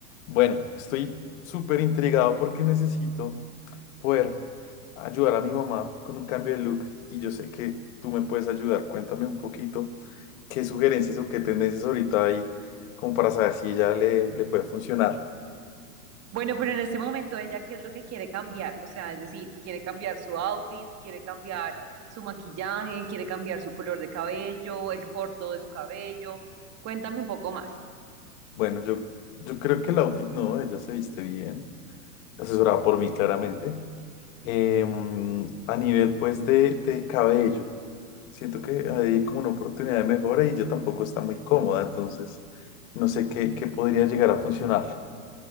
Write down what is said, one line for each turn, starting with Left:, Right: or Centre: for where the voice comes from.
Left: Bueno, estoy súper intrigado porque necesito poder ayudar a mi mamá con un cambio de look y yo sé que tú me puedes ayudar. Cuéntame un poquito qué sugerencias o qué tendencias ahorita hay como para saber si ella le, le puede funcionar.
Right: Bueno, pero en este momento ella, ¿qué es lo que quiere cambiar? O sea, es decir, quiere cambiar su outfit, quiere cambiar su maquillaje, quiere cambiar su color de cabello, el corto de su cabello. Cuéntame un poco más.
Left: Bueno, yo, yo creo que el outfit no, ella se viste bien, asesorada por mí claramente. Em, a nivel pues de, de cabello. Siento que hay como una oportunidad de mejora y yo tampoco está muy cómoda, entonces no sé qué, qué podría llegar a funcionarle.